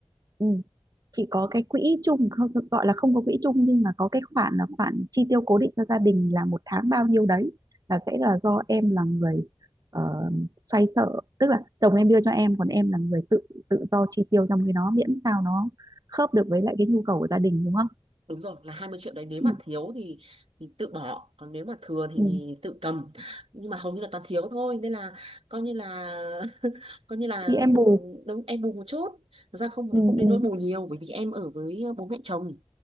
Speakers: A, on the right; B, on the right.
A: ừ chị có cái quỹ chung không gọi là không có quỹ chung nhưng mà có cái khoản là khoản chi tiêu cố định cho gia đình là một tháng bao nhiêu đấy là sẽ là do em là người ờ, xoay sở tức là chồng em đưa cho em còn em là người tự tự do chi tiêu trong cái đó miễn sao nó khớp được với lại cái nhu cầu của gia đình đúng không
B: đúng rồi là 20 triệu đấy nếu
A: ừ,
B: mà thiếu thì thì tự bỏ còn nếu mà thừa thì
A: ừ.
B: tự cầm nhưng mà hầu như là toàn thiếu thôi nên là coi như là <laughs> coi như là
A: thì em bù
B: đúng em bù một chút Thật ra không
A: ừ,
B: không đến
A: ừ,
B: nỗi bù nhiều bởi vì em ở với bố mẹ chồng